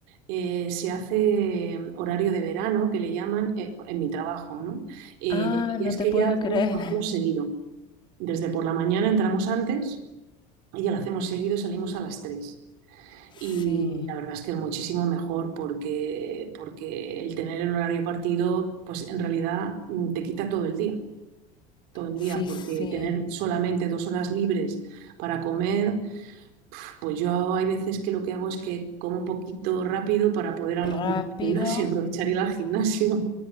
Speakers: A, on the right; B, on the left.
A: eh, se hace horario de verano, que le llaman eh, en mi trabajo, ¿no? Eh,
B: Ah,
A: y
B: no
A: es
B: te
A: que
B: puedo
A: ya hacemos,
B: creer.
A: lo hacemos
B: <laughs>
A: seguido. Desde por la mañana entramos antes y ya lo hacemos seguido y salimos a las tres Y
B: Sí,
A: la verdad es que es muchísimo mejor porque, porque el tener el horario partido, pues en realidad mm, te quita todo el día, todo el
B: sí,
A: día, porque
B: sí.
A: tener solamente dos horas libres para comer pues yo hay veces que lo que hago es que como poquito rápido para poder a lo mejor
B: Rápido.
A: ir al gimnasio, <laughs> aprovechar ir al gimnasio.